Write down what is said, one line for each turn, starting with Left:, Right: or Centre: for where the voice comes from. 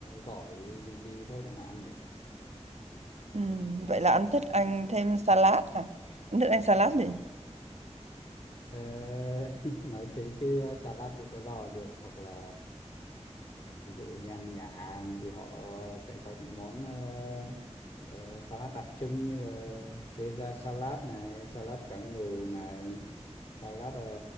Left: gỏi gì gì thôi chẳng hạn nhỉ
Right: Ừm, vậy là anh thích ăn thêm salad à anh thích ăn salad gì
Left: Ờ, <laughs> nói thế chứ ờ, salad vị có rau là được hoặc là ờ, ví dụ đi ăn nhà hàng thì họ sẽ có những món ờ, ờ, salad đặc trưng như là Caesar salad này, salad cá ngừ này, salad ờ,